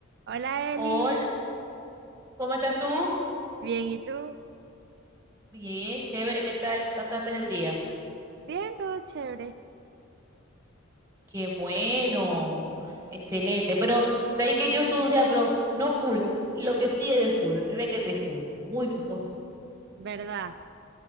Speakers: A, on the right; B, on the right.
A: Hola Eli,
B: Hola, ¿cómo estás tú?
A: bien, ¿y tú?
B: Bien, chévere, ¿qué tal? ¿Pasaste el día?
A: Bien, todo chévere,
B: Qué bueno, excelente. Pero de ahí que yo estuve un día, pero no full, lo que sí es de full, requete full, muy, muy full.
A: ¿verdad?